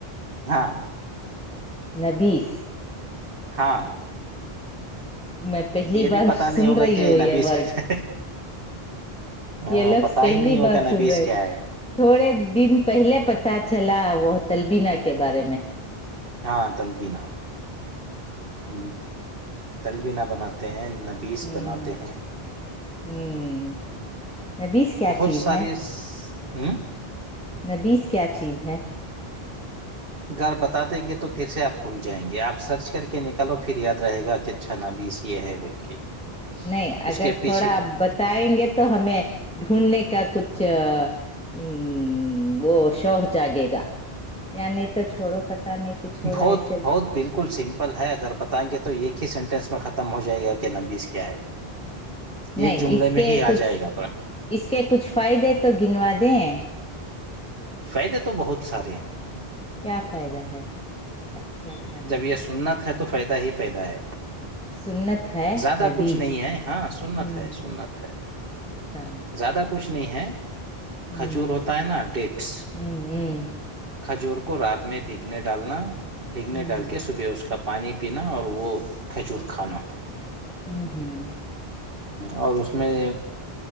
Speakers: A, on the right; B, in the centre.
A: ہاں
B: نبس
A: ہاں
B: میں پہلی
A: یہ بھی
B: بار
A: پتا
B: سن
A: نہیں ہوگا
B: رہی
A: کیا
B: ہوں یہ
A: نبیس
B: ورڈ
A: کیا ہاں
B: لو
A: پتا
B: اسپلی
A: نہیں
B: ہی
A: ہوگا
B: بات سن
A: نبیس
B: رہ
A: کیا
B: ہے تھوڑے دن پہلے پتاہ چلا وہ تلبینہ کے بارے میں
A: ہاں تلبینہ ہ تلبینہ بناتے ہیں
B: ہوں
A: بناتے ہیں
B: ہوں نبیس کیا
A: بہت
B: چیز
A: سارے
B: ہے
A: ہ
B: نبیس کیا چیز ہے
A: اھر بتا دیں گے تو پھر سے آپ بھول جائیں گے آپ سرچ کر کے نکالو پھر یاد رہے گا کتنا اچھا نبس یہ ہے بول کے
B: نہیں
A: اس
B: اگر
A: کے
B: تھوڑا
A: پیچھے
B: آپ بتائیں گے تو ہمیں ڈھونڈنے کا کچھ ہاں وہ شوق جاگے گا نہیں تو چھوڑو پتا نہیں کچھ ہوگا
A: بہت
B: ایسے
A: بہت بالکل سمپل ہے اگر بتائیں گے تو ایک ہی سینٹینس میں ختم ہو جائے گا کیا نمبس کے کیا ہے
B: نہیں
A: یہ جملے
B: اس
A: میں
B: کے
A: ہی آ
B: کچھ
A: جائے گا پا
B: اس کے کچھ فائدے تو گنوا دیں
A: فائدے تو بہت سارے ہیں
B: کیا فائدہ ہے اس کا کیا کھانے
A: جب یہ سنت ہے تو فائدہ ہی فائدہ ہے
B: سنت ہے
A: زیادہ
B: نبیز
A: کچھ نہیں ہے ہاں سنت
B: ہوں
A: ہے سننت ہے
B: اچھا
A: زیادہ کچھ نہیں ہے
B: ہوں
A: کھچور ہوتا ہے نا ڈیٹس
B: ہوں
A: کھجور کو رات میں بھیگنے ڈالنا بھیگنے
B: ہوں
A: ڈال کے صبح اس کا پانی پینا اور وہ کھجور کھانا
B: ہوں ہوں
A: اور اس میں